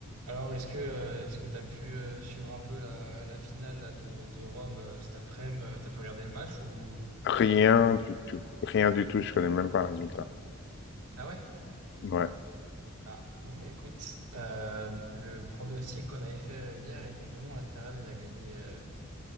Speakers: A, on the right; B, on the left.
A: Alors, est-ce que euh, est-ce que tu as pu euh, suivre un peu la, la finale là, de, de Rome euh, cet après-midi? euh, T'as pu regarder le match ou,
B: Rien
A: ou pas?
B: du tout. Rien du tout, je connais même pas le résultat.
A: Ah ouais?
B: Ouais.
A: Ah, bon, bah écoute, euh, le pronostic qu'on avait fait euh, hier était bon. Alcaraz, il a gagné, euh,